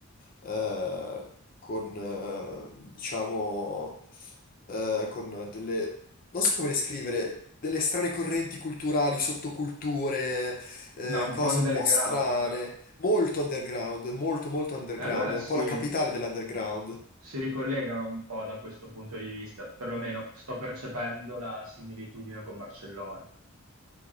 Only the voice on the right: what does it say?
Beh, un
po' underground.
E allora
si,
si ricollega un po' da questo punto di vista, perlomeno sto percependo la similitudine con Barcellona.